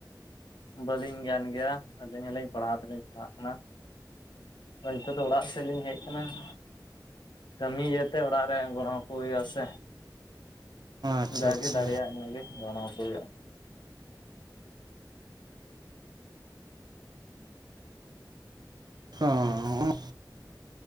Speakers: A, on the left; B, on the right.
A: ᱵᱟᱹᱞᱤᱧ ᱜᱟᱱ ᱜᱮᱭᱟ, ᱟᱹᱞᱤᱧ ᱦᱚᱸᱞᱤᱧ ᱯᱟᱲᱦᱟᱣ ᱫᱚᱞᱤᱧ ᱯᱟᱲᱦᱟᱜ ᱠᱟᱱᱟ ᱾ <inaudible> ᱛᱚᱫᱚᱜ ᱚᱲᱟᱜ ᱥᱮᱱ ᱞᱤᱧ ᱦᱮᱡ ᱠᱟᱱᱟ ᱾ ᱠᱟᱹᱢᱤ ᱡᱟᱛᱮ ᱚᱲᱟᱜ ᱨᱮ ᱜᱚᱲᱚ ᱟᱠᱚ ᱦᱩᱭᱩᱜᱼ ᱟ ᱥᱮ᱾
B: ᱟᱪᱪᱷᱟ
A: ᱡᱟᱜᱮ
B: ᱟᱪᱪᱷᱟ
A: ᱫᱟᱲᱮᱭᱟᱜ ᱧᱚᱜ ᱜᱮ ᱜᱚᱲᱚᱣᱟᱠᱚ ᱦᱩᱭᱩᱜᱼᱟ ᱾
B: ᱦᱚᱸᱻ